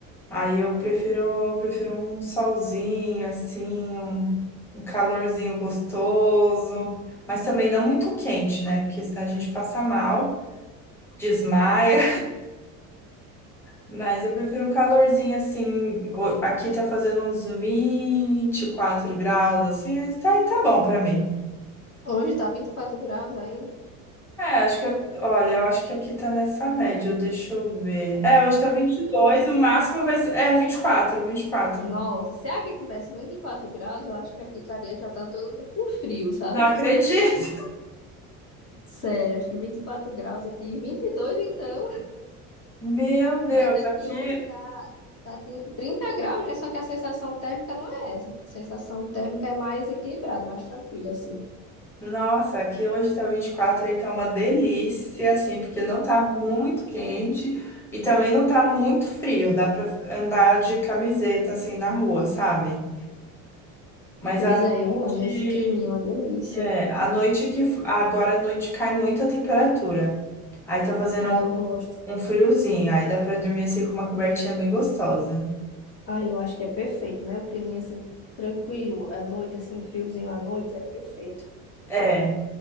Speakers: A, in the centre; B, on the left.
A: Aí eu prefiro, eu prefiro um solzinho, assim, um, um calorzinho gostoso, mas também não muito quente, né? Porque senão a gente passa mal, desmaia. Mas eu prefiro um calorzinho assim. o- Aqui tá fazendo uns 24 graus, assim. Tá, tá bom pra mim.
B: Hoje tá 24 graus aí.
A: É, acho que. Olha, eu acho que aqui tá nessa média. Deixa eu ver. É, hoje tá 22. o máximo vai ser. É, vinte e quatro. vinte e quatro.
B: Nossa, se aqui tivesse 24 graus, eu acho que aqui estaria já tá todo mundo com frio, sabe?
A: Não acredito!
B: Sério, acho que 24 graus aqui, 22 então,
A: <laughs> Meu Deus,
B: mas aqui
A: aqui.
B: hoje tá, tá tem 30 graus, né? Só que a sensação térmica não é essa. A sensação térmica é mais equilibrada, mais tranquila, assim.
A: Nossa, aqui hoje tá vinte e quatro. e aí tá uma delícia, assim, porque não tá muito quente e também não tá muito frio. Dá pra andar de camiseta, assim, na rua, sabe? Mas
B: Pois
A: a
B: é, eu
A: noite,
B: amo esse climinha, é uma delícia.
A: é, a noite que agora à noite cai muita temperatura. Aí tá fazendo
B: Aí eu gosto.
A: um, um friozinho, aí dá pra dormir assim com uma cobertinha bem gostosa.
B: Ah, eu acho que é perfeito, né? O climinha assim, tranquilo, à noite, assim, um friozinho à noite é perfeito.
A: É,